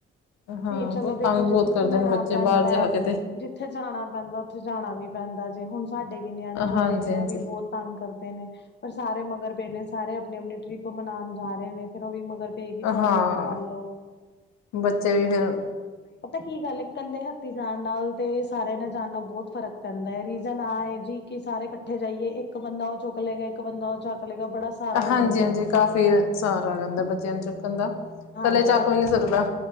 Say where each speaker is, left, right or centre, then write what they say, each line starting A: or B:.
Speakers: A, on the left; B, on the left.
A: ਹਾਂ
B: ਨੀ ਚਲੋ
A: ਬਹੁਤ
B: ਦੇਖੋ
A: ਤੰਗ
B: ਜਿੱਥੇ
A: ਬਹੁਤ ਕਰਦੇ
B: ਕੁੱਮਣਾ
A: ਨੇ ਬੱਚੇ
B: ਪੈਂਦਾ
A: ਬਾਹਰ ਜਾ ਕੇ ਤੇ
B: ਜਿੱਥੇ ਜਾਣਾ ਪੈਂਦਾ ਔਥੇ ਜਾਣਾ ਵੀ ਪੈਂਦਾ ਜੇ ਹੁਣ ਸਾਡੇ ਵੀ ਨਿਆਣੇ ਛੋਟੇ
A: ਹਾਂਜੀ
B: ਨੇ ਔ
A: ਹਾਂਜੀ
B: ਵੀ ਬੋਤ ਤੰਗ ਕਰਦੇ ਨੇ ਪਰ ਸਾਰੇ ਮਗਰ ਪੇ ਨੇ ਸਾਰੇ ਅਪਣੀ-ਅਪਣੀ ਟ੍ਰਿਪ ਮਨਾਣ ਜਾ ਰਹੇ ਨੇ ਫੇਰ ਔ ਵੀ ਮਗਰ ਪਏ ਕਿ ਚੱਲ
A: ਹਾਂ,
B: ਲੋ ਚੱਲ ਲੋ
A: ਬੱਚੇ ਵੀ ਫੇਰ।
B: ਪਤਾ ਕੀ ਗੱਲ ਐ? ਕੱਲੇ ਹੱਥੀ ਜਾਣ ਨਾਲ ਤੇ ਸਾਰਿਆਂ ਨੇ ਜਾਣ ਨਾਲ ਬੋਤ ਫਰਕ ਪੈਂਦਾ ਐ। ਰੀਜ਼ਨ ਆਹ ਏ ਜੀ ਕਿ ਸਾਰੇ ਕੱਠੇ ਜਾਈਏ। ਇੱਕ ਇੱਕ ਬੱਚਾ ਓ ਚੁੱਕ ਲੈ ਗਿਆ। ਇੱਕ ਬੱਚਾ ਓ ਚੁੱਕ ਲੈ ਗਿਆ। ਬੜਾ ਸਾਰਾ ਹੋ
A: ਹਾਂਜੀ-ਹਾਂਜੀ,
B: ਜਾਂਦਾ ਵੇ
A: ਕਾਫ਼ੀ ਸਹਾਰਾ ਆ ਜਾਂਦਾ। ਬੱਚਿਆਂ ਨੂੰ ਚੁੱਕਣ ਦਾ
B: ਹਾਂਜੀ
A: ਕਲੇ ਚਕ
B: ਅਗਰ
A: ਵੀ ਨੀ ਸਕਦਾ।